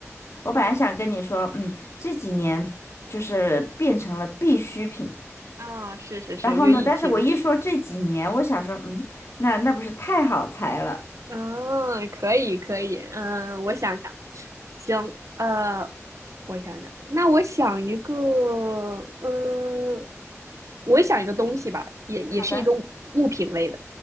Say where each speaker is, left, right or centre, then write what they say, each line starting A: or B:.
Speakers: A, on the left (about 60°); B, on the right (about 75°).
A: 我本来想跟你说，嗯，这几年就是变成了必需品。
B: 啊、哦是是是，
A: 然后呢，
B: 因为疫情。
A: 但是我一说这几年，我想说，嗯，那那不是太好猜了。
B: 嗯，可以可以，嗯，我想想，行，呃，我想想，那我想一个，嗯，我想一个东西吧，也也是一个物品类的，
A: 好的，